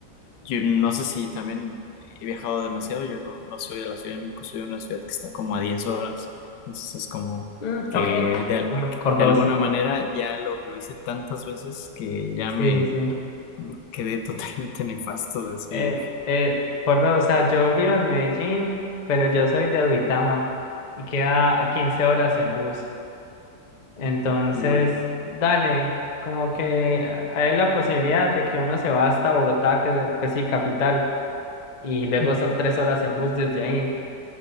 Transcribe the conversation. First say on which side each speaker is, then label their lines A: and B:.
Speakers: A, on the left; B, on the left.
A: yo no sé si también he viajado demasiado, yo no, no soy de la Ciudad de México, soy de una ciudad que está como a diez horas, entonces es como
B: mm,
A: que
B: ok,
A: de, al-
B: por, por dos.
A: de alguna manera ya lo, lo hice tantas veces que ya
B: Sí,
A: me
B: sí, sí.
A: quedé <laughs> totalmente nefasto de ese
B: Eh,
A: viaje.
B: eh, por dos, o sea, yo vivo en Medellín, pero yo soy de Duitama y queda a 15 horas en bus. Entonces,
A: Uy.
B: dale, como que hay la posibilidad de que uno se va hasta Bogotá, que pues sí, capital, y luego
A: Ujú.
B: son tres horas en bus desde ahí.